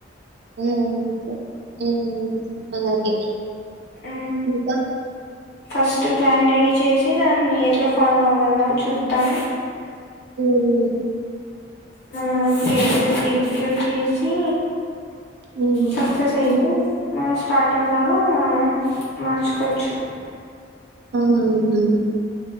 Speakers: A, on the right (about 65°); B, on the left (about 65°).
A: ఆ సర్ ఆ అలాగే.
B: ఆ
A: ఇంకా?
B: ఫస్ట్ ప్లాన్ రెడీ చేసి, దాన్ని ఎట్లా ఫాలో అవ్వలనాని చూద్దాం.
A: <unintelligible>
B: మనం మంచిగ ఎగ్జిక్యూ ఎగ్జిక్యూట్ చేసీ.
A: ఉమ్
B: సక్సెస్ అయితే. మన స్టార్టప్ లాగా మార్చుకోచ్చు.
A: అవున్ అవును అవును